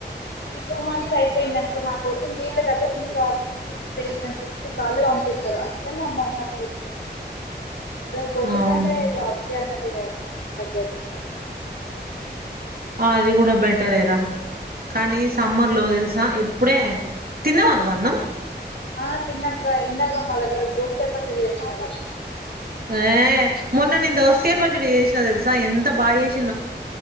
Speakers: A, on the left; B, on the right.
A: కి టూ మంత్స్ అయిపోయిందనుకో నా కోచింగ్ వీళ్ళ దగ్గర ఉండి జాబ్ ఇచ్చి ప్లేస్మెంట్స్ ఇచ్చి వాళ్ళే పంపిస్తారు అందుకని అమ్మ మీకునల చెప్పినట్టు ఉంది కోచింగ్
B: అవును
A: అంటే జాబ్ ఎన్నతిగాద్ సజ్జర్లు
B: ఆ అది కూడా బెటరేరా కానీ సమ్మర్ లో తెలుసా ఇప్పుడే తిన్నవా నువ్వు అన్నం
A: ఆ తిన్నాక్కా ఇందాక మా దగ్గర దోసకాయ పచ్చడి చేసినారు.
B: ఆ మొన్న నేను దోస దోస కాయ పచ్చడి చేసినా తెలుసా ఎంత బాగా చేసినానో